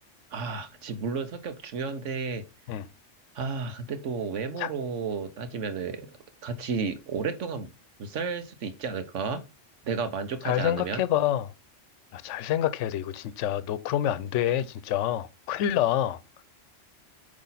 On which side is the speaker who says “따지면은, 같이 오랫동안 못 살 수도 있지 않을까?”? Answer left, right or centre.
Right